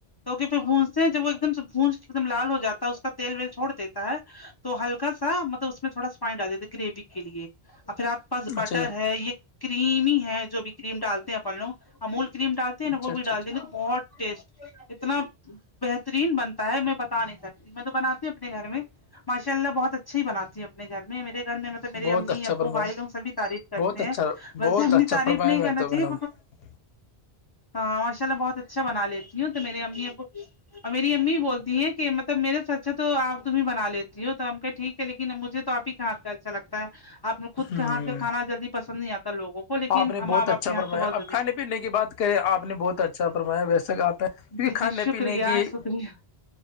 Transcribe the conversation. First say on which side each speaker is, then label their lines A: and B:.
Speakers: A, on the left (about 30°); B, on the left (about 70°).
A: توکہ پھر گونجتے ہیں جب وہ ایک دم سےونج ایک دم لال ہو جاتا ہے اس کا تیل ویل چھوڑ دیتا ہے تو ہلک سا مطلب اس میں تھوڑا س پائن ڈال دیتے گریوی کے لیے اور پھر آپ بس بٹر
B: اچھا
A: ہے یہ کریم ہی ہے جو بھی کریم ڈالتے ہیں اپن لوگ امول کریم ڈالتے
B: اچھا
A: ہیں نا وہ
B: اچھا
A: بھی ڈال
B: اچھا
A: دیں گے بہت ٹیسٹی اتنا بہترین بنتا ہے میں پتا بتا نہیں سکتی میں تو بنی ہوں اپنے گھر میں ماشاء اللہ بہت اچھا ہی باتی ہوں اپنے گھر میں میرے گھر میں تو میرے
B: بہت
A: امی
B: اچھا
A: ابو
B: فرمایا
A: بھائی لوگ سبھی تعریف کرتے
B: بہت اچھا
A: ہیں ویسے
B: بہت
A: اپنی
B: اچھا
A: تعریف
B: فرمایا
A: نہیں
B: میں
A: کرنا
B: تو
A: چاہیے
B: <inaudible>
A: ہاں ماشاء اللہ بہت اچھا بنا لیتی ہوں تو میرری امی اب اور میری امی بولتی ہیں کہ مطلب میرے سے اچھا تو آپ تمیں بنا لیتی ہو تو ہم کہ ٹھیک ہے لیکن مجھے تو آپ ہی ہاتھ کا اچھا لگتا ہے آپ خود
B: ہوں
A: کے ہاتھ کا کھانا جلدی پسند نہیں آتا لوگوں کو لیکن
B: آپ نے بہت
A: ماں باپ
B: اچھا
A: کے ہاتھ
B: فرمایا
A: کا بہت
B: اب
A: جلدی
B: کھانے پینے کی بات کریں آپ نے بہت اچھا فرمیا ویسے کہ آپ نے کیونکہ
A: جی
B: کھانے
A: جی شکریہ
B: پینے کی
A: شکریہ